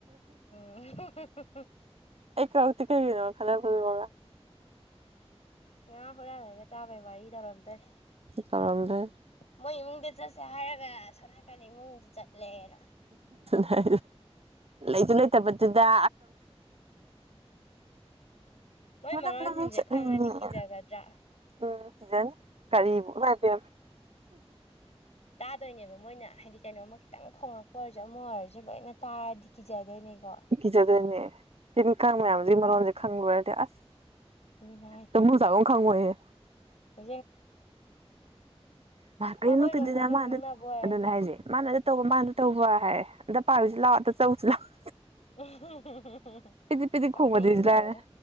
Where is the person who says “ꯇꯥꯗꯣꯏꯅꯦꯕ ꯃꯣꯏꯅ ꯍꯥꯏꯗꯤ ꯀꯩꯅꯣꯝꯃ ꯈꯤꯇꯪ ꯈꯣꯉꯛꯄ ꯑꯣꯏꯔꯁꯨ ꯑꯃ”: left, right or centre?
Left